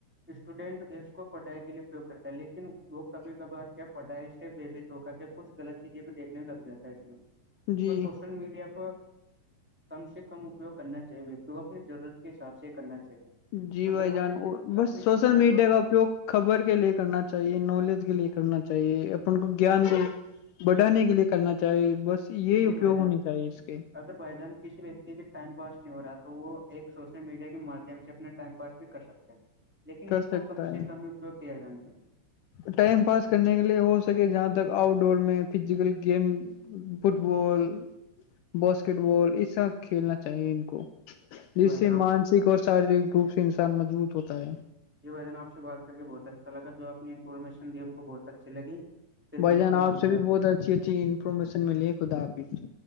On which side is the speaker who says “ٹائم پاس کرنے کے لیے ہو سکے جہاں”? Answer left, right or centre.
Left